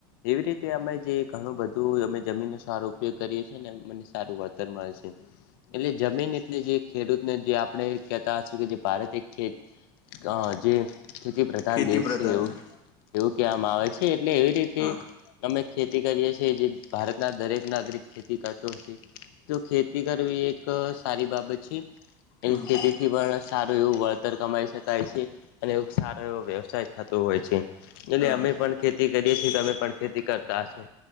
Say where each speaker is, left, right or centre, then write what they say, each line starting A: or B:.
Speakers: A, on the left (about 80°); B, on the left (about 35°).
A: એવી રીતે અમે જે ઘણું બધું અમે જમીનનું સારું ઉપયોગ કરીએ છી ને મને સારું વળતર મળે છે એટલે જમીન એટલે જે ખેડૂતને જે આપણે કહેતા હશું કે જે ભારત એક ખેત ગાવ હજે ખેતી પ્રધાન
B: ખેતી
A: દેશ
B: પ્રધાન
A: છે એવ
B: દેશ
A: એવું કહેવામાં આવે છે એટલે એવી રીતે
B: હા
A: અમે ખેતી કરીએ છીએ જે ભારતના દરેક નાગરિક ખેતી કરતો હશે તો ખેતી કરવી એક સારી બાબત છે
B: હમ
A: એની ખેતીથી પણ સારું એવું વળતર કમાઈ શકાય છે અને એવ સારો એવો વ્યવસાય થતો હોય છે એટલે
B: હા
A: અમે પણ ખેતી કરીએ છીએ. તમે પણ ખેતી કરતા હશો.